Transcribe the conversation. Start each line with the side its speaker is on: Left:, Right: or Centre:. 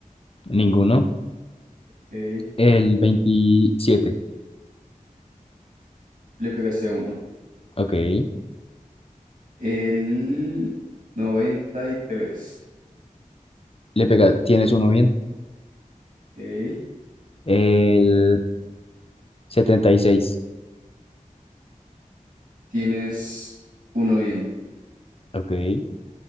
Left: Ninguno.
Right: ok,
Left: El veintisiete
Right: le pegaste a uno.
Left: Ok.
Right: El 93,
Left: Le pega. ¿Tienes uno bien?
Right: ok,
Left: El setenta y seis
Right: tienes uno bien.
Left: Ok.